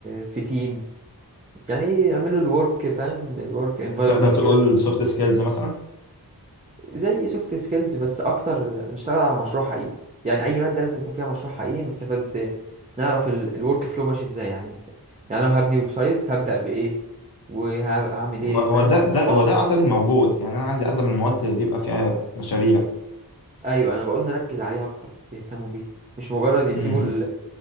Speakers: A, on the right; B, on the left.
A: في تيمز يعني ايه يعملوا الورك فاهم الورك انفايرمنت
B: تقدر تقول
A: كده
B: سوفت سكيلز مثلا
A: زي سوفت سكيلز بس اكتر نشتغل على مشروع حقيقي يعني اي ماده لازم يكون فيها مشروع حقيقي نستفاد نعرف الورك فلو ماشي ازاي يعني يعني لو هبني ويب سايت هبدا بايه وهعمل
B: و-
A: ايه فاهم
B: وده
A: الخطوات
B: ده وده اعتقد موجود يعني انا عندي اغلب المواد بيبقى فيها مشاريع
A: ايوه انا بقول نركز عليها اكتر يهتموا بيها مش مجرد يسيبوا
B: امم امم
A: ال...